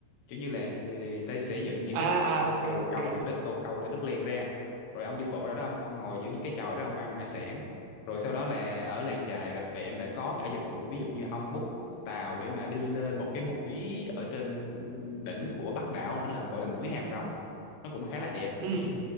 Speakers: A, on the left; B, on the right.
A: kiểu như là người ta sẽ dựng những
B: À,
A: cái cầu cầu
B: à, ok,
A: cầu
B: ok.
A: cầu từ đất cầu cầu từ đất liền ra rồi ông đi bộ ra đó ông ông ngồi giữa những cái chòi đó ông ăn hải sản rồi sau đó là ở làng chài Rạch Vẹm lại có cả dịch vụ ví dụ như ông book tàu để mà đi lên một cái mũi ở trên đỉnh của Bắc đảo nữa là gọi là mũi Hàm Rồng nó cũng khá là đẹp
B: Ừ,
A: thì